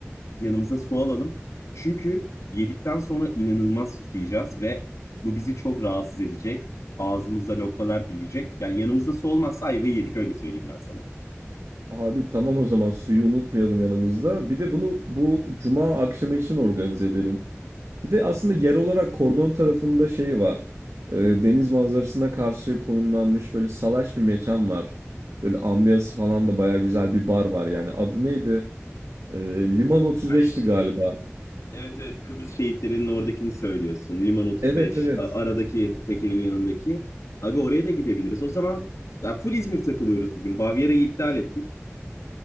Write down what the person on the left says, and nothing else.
Yanımıza su alalım. Çünkü yedikten sonra inanılmaz susayacağız ve bu bizi çok rahatsız edecek. Ağzımızda lokmalar büyüyecek. Yani yanımızda su olmazsa ayvayı yedik öyle söyleyeyim ben sana.
Sen şey,
evet evet Kıbrıs şehitlerinin oradakini söylüyorsun. Liman 35
a- aradaki tekelin yanındaki. Abi oraya da gidebiliriz. O zaman ya full İzmir takılıyoruz bugün. Bavyera'yı iptal ettik.